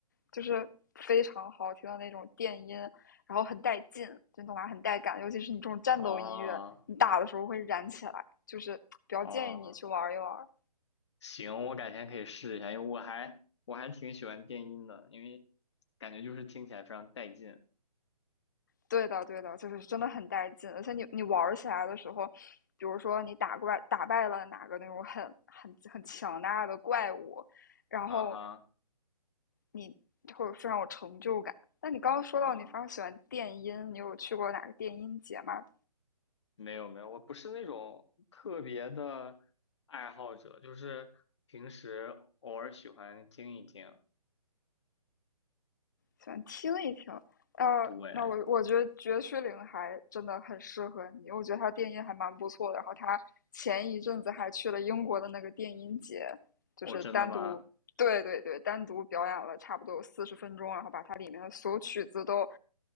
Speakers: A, on the left (about 30°); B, on the left (about 45°).
A: 就是非常好听的那种电音，然后很带劲，真的话很带感，尤其是你这种战斗音乐，
B: 啊
A: 你打的时候会燃起来，就是比较建议你去玩一玩。
B: 啊！行，我改天可以试一下，因为我还我还挺喜欢电音的，因为感觉就是听起来非常带劲。
A: 对的，对的，就是真的很带劲，而且你你玩儿起来的时候，比如说你打怪打败了哪个那种很很很强大的怪物，然后
B: 啊哈
A: 你会非常有成就感。那你刚刚说到你非常喜欢电音，
B: 啊，
A: 你有去过哪个电音节吗？
B: 没有没有，我不是那种特别的爱好者，就是平时偶尔喜欢听一听。
A: 想听一听。呃，
B: 对，
A: 那我我觉得绝区零还真的很适合你，我觉得他电音还蛮不错的。然后他前一阵子还去了英国的那个电音节，就是单独，
B: 哦，真的吗？
A: 对对对，单独表演了差不多有四十分钟，然后把它里面的所有曲子都